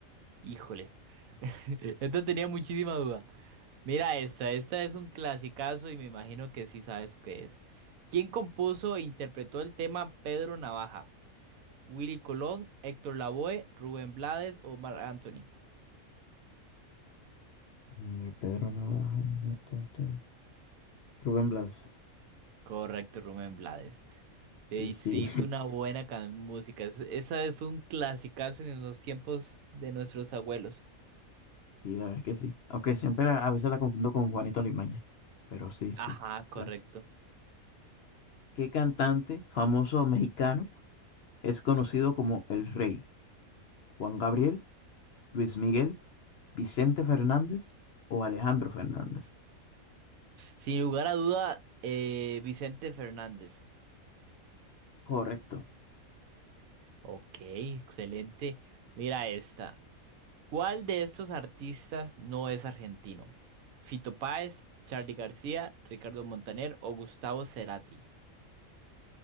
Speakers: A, on the right; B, on the left.
A: Híjole. <laughs> Esto tenía muchísima duda. Mira esta, esta es un clasicazo y me imagino que sí sabes qué es. ¿Quién compuso e interpretó el tema Pedro Navaja? ¿Willy Colón, Héctor Lavoe, Rubén Blades o Marc Anthony?
B: Mm, Pedro Navajo. ta, ta. Rubén Blas.
A: Correcto, Rubén Blades.
B: Sí,
A: Eh, Y
B: sí.
A: sí,
B: <laughs>
A: hizo una buena can- música. Es- Esa vez fue un clasicazo en los tiempos de nuestros abuelos.
B: Sí, la verdad es que sí. Aunque siempre la- a veces la confundo con Juanito Alimaña. Pero sí, sí.
A: Ajá,
B: Clásico.
A: correcto.
B: ¿Qué cantante famoso mexicano es conocido como El Rey? ¿Juan Gabriel? Luis Miguel, Vicente Fernández o Alejandro Fernández.
A: Sin lugar a duda, eh, Vicente Fernández.
B: Correcto.
A: Ok, excelente. Mira esta. ¿Cuál de estos artistas no es argentino? ¿Fito Páez, Charly García, Ricardo Montaner o Gustavo Cerati?